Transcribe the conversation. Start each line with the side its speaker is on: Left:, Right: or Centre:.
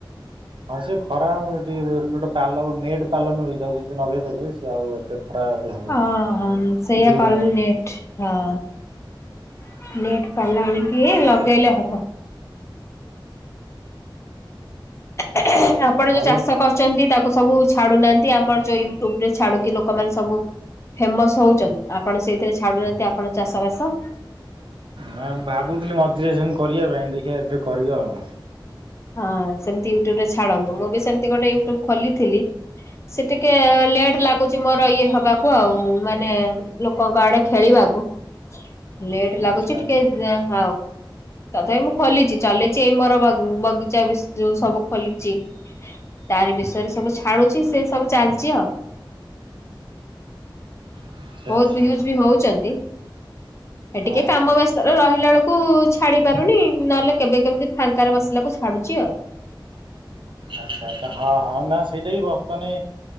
Right: ହଁ ସେ ଖରା ଟିକେ ଗୋଟେ ପାଲ ନେଟ ପାଲ ମିଳୁଚି ତାକୁ ଯଦି ନଗେଇଦେବେ ସେ ଆଉ ଏତେ ଖରା ଇଏ ହବନି
Left: ହଁ ହ ସେଇଆ
Right: ଗ୍ରୀନ୍
Left: କଲେ ଲେଟ ହଁ ଲେଟ କଲାଣି କି ଲଗେଇଲେ ହବ। ଏ ଏ ଏହେ଼ ଆପଣ ଯୋଉ
Right: ଆଉ
Left: ଚାଷ କରୁଛନ୍ତି ତା ଲୋକ ସବୁ ଛାଡୁନାହାନ୍ତି ଆମର ଯୋଉ ୟୁଟ୍ୟୁବ ରେ ଛାଡୁ କି ଲୋକମାନେ ସବୁ ଫେମସ ହଉଛନ୍ତି । ଆପଣ ସେଇଥିରେ ଛାଡୁନାହାନ୍ତି ଆପଣ ଚାଷ ବାସ ।
Right: ନା ଭାବୁଥିଲି ମଝିରେ ସେମତି କରିବା ପାଇଁ ଦେଖିବା ଏବେ କରିବ ଆଉ।
Left: ହଁ ସେମତି ୟୁଟ୍ୟୁବ ରେ ଛାଡନ୍ତୁ । ମୁଁ ବି ସେମିତି ଗୋଟେ ୟୁଟ୍ୟୁବ ଖୋଲିଥିଲି । ସେ ଟିକେ ଲେଟ୍ ଲାଗୁ ମୋର ଇଏ ହବାକୁ ଆଉ ମାନେ ଲୋକଙ୍କ ଆଡେ ଖେଳିବାକୁ । ଲେଟ୍
Right: ଆଚ୍ଛା
Left: ଲାଗୁଛି
Right: ଆଚ୍ଛା
Left: ଟିକେ ହଉ ତଥାପି ମୁଁ ଖୋଲିଛି । ଚଲେଇଛି ଏଇ ମୋର ବଗ ବଗି ବି ଯୋଉ ସବୁ ଖୋଲିୁଛି ।ତାର ବିଷୟରେ ସବୁ ଛାଡୁଛି। ସେ ସବୁ ଚାଲିଛି ଆଉ।
Right: ଆଚ୍ଛା
Left: ବହୁତ
Right: ଆଚ୍ଛା
Left: ଭିୟୁଜ ବି ହଉଛନ୍ତି। ଏ ଟିକେ
Right: ହଁ
Left: କାମ ବ୍ୟସ୍ତାରେ ରହିଲା ବେଳ କୁ ଛାଡି ପାରୁନି ନହେଲେ କେବେ କେମିତି? ଫାଙ୍କାରେ ବସିଲାକୁ ଛାଡୁଛି ଆଉ।
Right: ଆଚ୍ଛା ଆଚ୍ଛା ହଁ ହଁ ନା ସେଇଟା ହି ବର୍ତ୍ତମାନେ